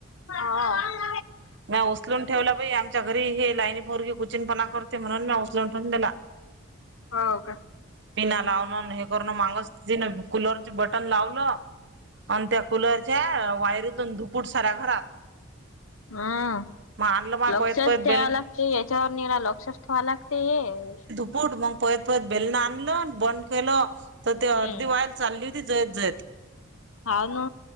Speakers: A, on the left; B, on the right.
A: हा.
B: मी उचलून ठेवला बाई, आमच्या घरी हे लाईनी पोरगी कुचीनपणा करते म्हणून मी उचलून ठेवून दिला. <inaudible>
A: हाव.
B: पिना लावणं न हे करण मागस तीन कुलरचे बटन लावलं आणि त्या कुलरच्या वायरीतून, धुपूट साऱ्या घरात.
A: हं.
B: मग आणलं मा
A: लक्षच
B: पयत पयत
A: ठेवाय
B: बेल
A: लागते. हेच्या वर्णी ना लक्षच ठेवा लागते हे.
B: बूट मग पळत पळत बेलन आणलं नी बंद केलं, तर ते
A: हम्म
B: अर्धी वायर चालली होती जळत जळत.
A: हाव ना.